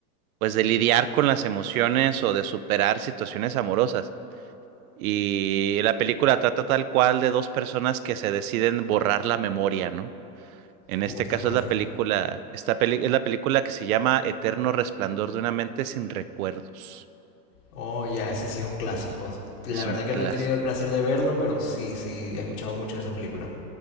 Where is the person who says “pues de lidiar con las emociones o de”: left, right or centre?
Right